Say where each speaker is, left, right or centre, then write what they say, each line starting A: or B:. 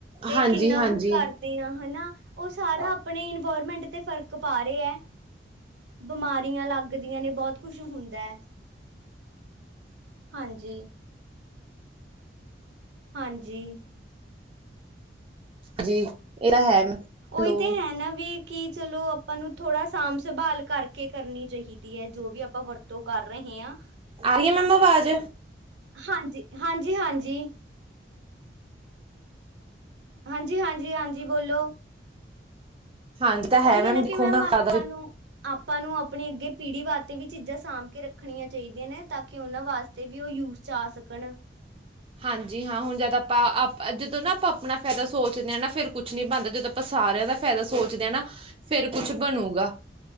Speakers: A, on the right; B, on the right.
A: ਤੇ
B: ਹਾਂਜੀ
A: ਕਿੰਨਾ
B: ਹਾਂਜੀ
A: ਕੁਛ ਕਰ ਹਨਾ ਉਹ ਸਾਰਾ ਆਪਣੇ ਇਨਵਾਇਰਮੈਂਟ ਤੇ ਫਰਕ ਪਾ ਰਿਹਾ ਹੈ। ਬਿਮਾਰੀਆਂ ਲੱਗਦੀਆਂ ਨੇ ਬਹੁਤ ਕੁਛ ਹੁੰਦਾ ਹੈ ਹਾਂਜੀ। ਹਾਂਜੀ
B: ਜੀ ਇਹ ਤਾਂ ਹੈ। ਹੈਲੋ
A: ਉਹੀ ਤੇ ਹੈ ਨਾ ਵੀ ਕਿ ਚਲੋ ਆਪਾਂ ਨੂੰ ਥੋੜ੍ਹਾ ਸਾਂਭ ਸੰਭਾਲ ਕਰਕੇ ਕਰਨੀ ਚਾਹੀ ਦੀ ਹੈ ਜੋ ਵੀ ਆਪਾਂ ਵਰਤੋਂ ਕਰ ਰਹੇ ਹਾਂ।
B: ਆਈ ਰਹੀ ਅ ਮੈਮ ਆਵਾਜ਼
A: ਹਾਂਜੀ- ਹਾਂਜੀ- ਹਾਂਜੀ। ਹਾਂਜੀ- ਹਾਂਜੀ- ਹਾਂਜੀ ਬੋਲੋ।
B: ਹਾਂਜੀ ਤਾਂ
A: ਉਹੀ ਹੈ ਨਾ
B: ਦੇਖੋ
A: ਕਿ ਮੈਮ
B: ਹੁਣ
A: ਆਪਾਂ ਨੂੰ ਆਪਾਂ ਨੂੰ ਆਪਣੀ ਅੱਗੇ ਪੀੜ੍ਹੀ ਵਾਸਤੇ ਵੀ ਚੀਜ਼ਾਂ ਸਾਂਭ ਕੇ ਰੱਖ ਰੱਖਣੀਆਂ ਚਾਹੀਦੀਆਂ ਨੇ ਤਾਂ ਕਿ ਉਹਨਾਂ ਵਾਸਤੇ ਵੀ ਉਹ ਯੂਜ 'ਚ ਆ ਸਕਣ।
B: ਹਾਂਜੀ ਹਾਂ ਹੁਣ ਜਦ ਆਪਾਂ ਜਦੋਂ ਨਾ ਆਪਾਂ ਆਪਣਾ ਫਾਇਦਾ ਸੋਚਦੇ ਹਾਂ ਨਾ ਫਿਰ ਕੁਛ ਨੀ ਬਣਦਾ ਜਦੋਂ ਆਪਾਂ ਸਾਰਿਆਂ ਦਾ ਫਾਇਦਾ ਸੋਚਦੇ ਹਾਂ ਨਾ ਫੇਰ ਕੁਛ ਬਣੂਗਾ।